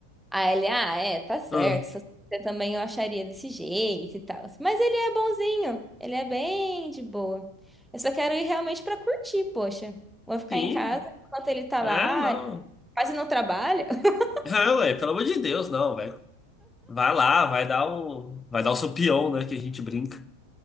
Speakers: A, in the centre; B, on the left (about 15°).
A: Aí ele, ah, é, tá certo.
B: Ah,
A: se fosse Você também eu acharia desse jeito e tal. Mas ele é bonzinho. Ele é bem de boa. Eu só quero ir realmente pra curtir, poxa. Vou ficar
B: sim.
A: em casa enquanto ele tá
B: Ah,
A: lá,
B: não.
A: quase não trabalha. <laughs>
B: Ah, ué, pelo amor de Deus, não, velho. Vai lá, vai dar um. Vai dar o seu peão, né? Que a gente brinca.